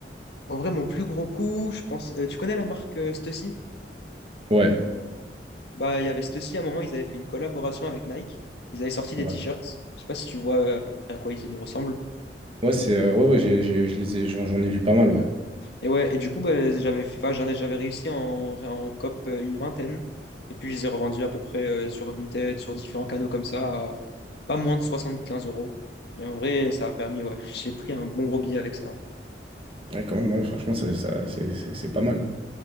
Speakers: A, on the left (about 65°); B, on the right (about 30°).
A: En vrai, mon plus gros coup, je pense. euh, tu connais la marque euh, Stussy?
B: Ouais.
A: Bah, il y avait Stussy, à un moment, ils avaient fait une collaboration avec Nike. Ils avaient sorti des
B: Ouais,
A: t-shirts. Je sais pas si tu vois euh, à peu près à quoi ils ils ressemblent.
B: ouais, c'est, euh, ouais, ouais, j'ai, j'ai- je les ai, j'en, j'en ai vu pas mal, ouais.
A: Et ouais, et du coup, bah, j'avais, enfin, j'en ai, j'avais réussi en, en COP euh, une vingtaine. Et puis, je les ai revendus à peu près euh, sur Vinted, sur différents canaux comme ça, à pas moins de 75 euros. Et en vrai, ça a permis, ouais, <laughs> j'ai pris un bon gros billet avec ça.
B: Ouais, quand même, ouais, franchement, ça, ça- c'est c'est- c'est pas mal.